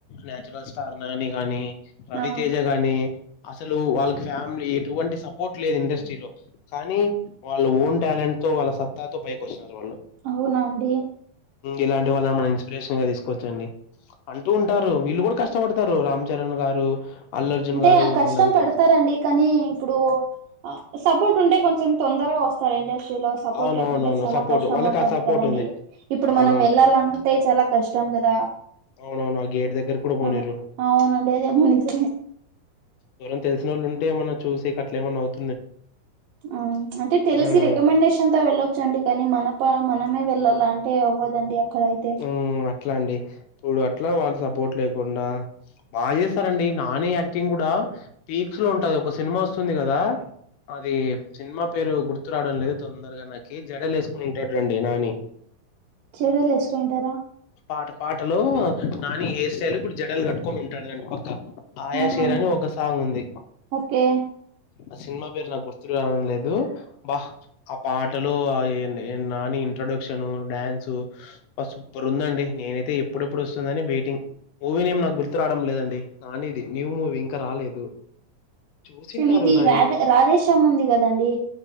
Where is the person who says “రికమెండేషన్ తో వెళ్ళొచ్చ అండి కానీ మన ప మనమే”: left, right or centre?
Right